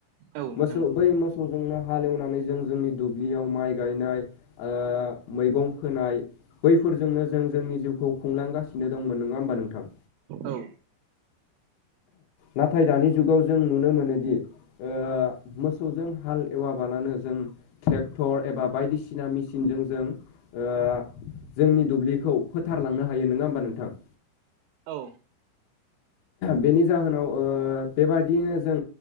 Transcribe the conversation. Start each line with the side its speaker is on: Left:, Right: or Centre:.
Right: औ
Left: मोसौ
Right: नंगौ
Left: बै मोसौजोंनो हाल एवनानै जों जोंनि दुब्लियाव माइ गायनाय ओ मैगं फोनाय बैफोरजोंनो जों जोंनि जिउखौ खुंलांगासिनो दंमोन नोङा होमबा नोंथां।
Right: औ
Left: नाथाय दानि जुगाव जों नुनो मोनोदि ओ मोसौजों हाल एवाबालानो जों ट्रेक्टर एबा बायदिसिना मेसिनजों जों ओ जोंनि दुब्लिखौ फोथारलांनो हायो नोङा होमबा नोंथां।
Right: औ
Left: बेनि जाहोनाव ओ बेबादियैनो जों